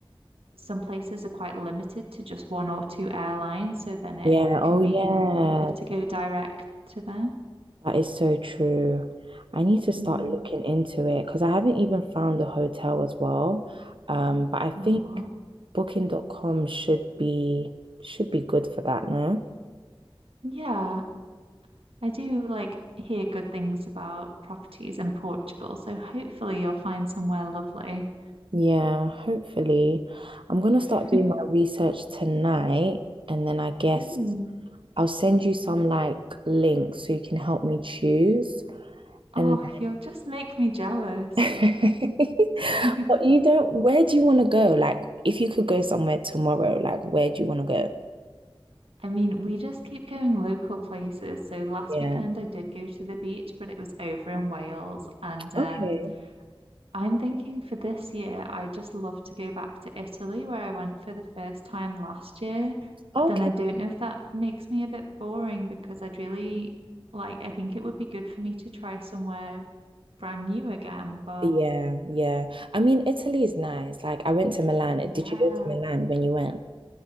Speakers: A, on the right; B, on the right.
A: some places are quite limited to just one or two airlines so then it
B: Yeah. Oh,
A: can
B: yeah.
A: be cheaper to go direct to them.
B: That is so true. I need to start
A: Mm,
B: looking into it because I haven't even found a hotel as well. Um, but I think
A: aw.
B: Booking dot com should be should be good for that, no?
A: Yeah, I do like hear good things about properties in Portugal, so hopefully you'll find somewhere lovely.
B: Yeah, hopefully. I'm gonna start
A: <laughs>
B: doing my research tonight and then I guess
A: Mm.
B: I'll send you some like links so you can help me choose.
A: Oh,
B: And
A: you'll just make me jealous.
B: <laughs>
A: <laughs>
B: but you don't, where do you want to go? Like if you could go somewhere tomorrow, like where do you want to go?
A: I mean, we just keep going local places. So last
B: Yeah.
A: weekend I did go to the beach, but it was over in Wales and
B: Okay.
A: um I'm thinking for this year, i just love to go back to Italy where I went for the first time last year.
B: Okay.
A: But then I don't know if that makes me a bit boring because I'd really like, I think it would be good for me to try somewhere brand new again. But
B: Yeah, yeah. I mean, Italy is nice. Like, I went to Milan.
A: yeah,
B: Did you go to Milan when you went?